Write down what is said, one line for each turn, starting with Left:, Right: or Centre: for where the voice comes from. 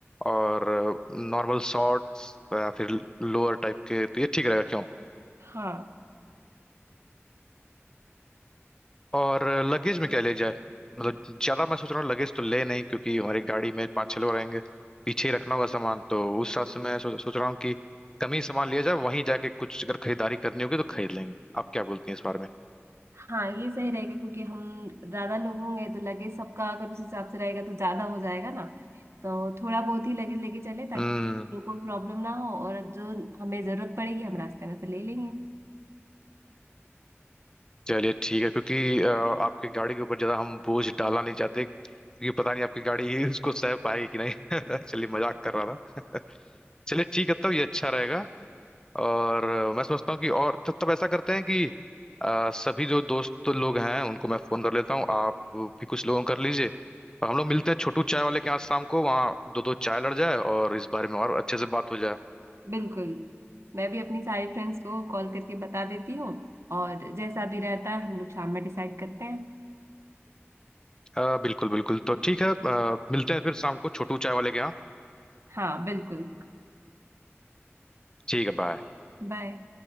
Left: और नॉर्मल शॉर्ट्स या फिर लोअर टाइप के तो ये ठीक रहेगा क्यों
Right: हाँ
Left: और लगेज में क्या ले जाए मतलब ज्यादा मैं सोच रहा हूँ लगेज तो ले नहीं क्योंकि हमारी गाड़ी में पाँच छह लोग रहेंगे पीछे ही रखना होगा सामान तो उस हिसाब से मैं सोच सोच रहा हूँ कि कम ही सामान लिया जाए वहीं जाके कुछ अगर खरीदारी करनी होगी तो खरीद लेंगे आप क्या बोलती हैं इस बारे में
Right: हाँ ये सही रहेगा क्योंकि हम ज्यादा लोग होंगे तो लगेज सबका अगर उस हिसाब से रहेगा तो ज्यादा हो जाएगा ना तो थोड़ा बहुत ही लगेज लेके चले ताकि
Left: हम्म
Right: लोगों को प्रॉब्लम ना हो और जो हमें जरूरत पड़ेगी हम रास्ते में से ले लेंगे
Left: चलिए ठीक है क्योंकि अ, आपकी गाड़ी के ऊपर ज्यादा हम बोझ डालना नहीं चाहते क्योंकि पता नहीं आपकी गाड़ी ही उसको सह पाएगी कि नहीं <laughs> चलिए मजाक कर रहा था <laughs> चलिए ठीक है तब ये अच्छा रहेगा और अ, मैं समझता हूँ कि और तब तब ऐसा करते हैं कि अ, सभी जो दोस्त लोग हैं उनको मैं फोन कर लेता हूँ आप भी कुछ लोगों को कर लीजिए और हम लोग मिलते हैं छोटू चाय वाले के यहाँ शाम को वहाँ दो दो चाय लड़ जाए और इस बारे में और अच्छे से बात हो जाए
Right: बिल्कुल मैं भी अपनी सारी फ्रेंड्स को कॉल करके बता देती हूँ और जैसा भी रहता है हम लोग शाम में डिसाइड करते हैं
Left: हाँ बिल्कुल बिल्कुल तो ठीक है अ, मिलते हैं फिर शाम को छोटू चाय वाले के यहाँ
Right: हाँ बिल्कुल
Left: ठीक है बाय
Right: बाय